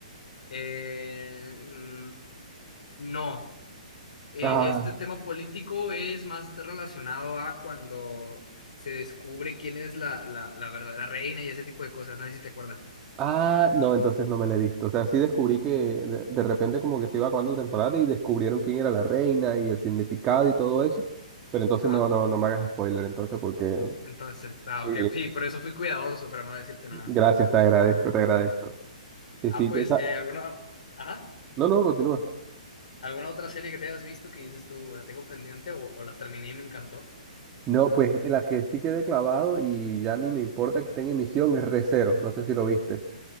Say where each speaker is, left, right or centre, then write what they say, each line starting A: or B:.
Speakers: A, on the left (about 75°); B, on the right (about 20°).
A: Eh, mm, no, Eh,
B: Ah,
A: este tema político es más relacionado a cuando se descubre quién es la, la, la verdadera reina y ese tipo de cosas. No sé si te acuerdas.
B: Ah, no, entonces no me la he visto. O sea, sí descubrí que de, de repente como que se iba acabando la temporada y descubrieron quién era la reina y el significado y todo eso. Pero entonces
A: Ajá.
B: no, no, no me hagas spoiler, entonces, porque
A: Entonces, ah,
B: sí,
A: ok, sí, por eso fui cuidadoso para no decirte nada.
B: gracias, te agradezco, te agradezco. Sí,
A: Ah,
B: sí,
A: pues,
B: te sa-
A: eh, ¿alguna, ajá,
B: No, no, continúa.
A: alguna otra serie que te hayas visto que dices tú, la tengo pendiente o, o la terminé y me encantó?
B: No, pues la que sí quedé clavado y ya ni me importa que esté en emisión es Re:Zero, no sé si lo viste.